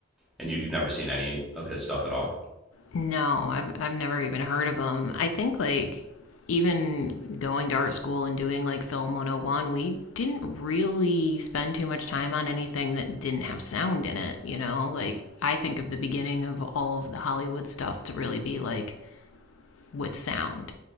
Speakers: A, in the centre; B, on the left (about 75°).
A: And you, you've never seen any of his stuff at all?
B: No, I've I've never even heard of him. I think like even going to art school and doing like film 101 we didn't really spend too much time on anything that didn't have sound in it you know like i think of the beginning of all of the hollywood stuff to really be like with sound